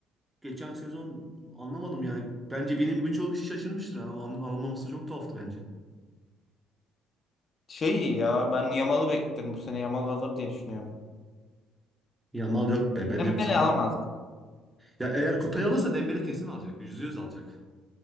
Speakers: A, on the right (about 15°); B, on the left (about 45°).
A: geçen sezon anlamadım yani. Bence benim gibi çok kişi şaşırmıştır. Yani onun alınmaması çok tuhaftı bence.
B: Şey iyi ya ben Yamal'ı bekliyorum bu sene. Yamal alır diye düşünüyorum.
A: Yamal yok ben. Bence
B: Dembele
A: bu sene
B: alamaz.
A: ya eğer kupayı alırsa Dembele kesin alacak. Yüzde yüz alacak.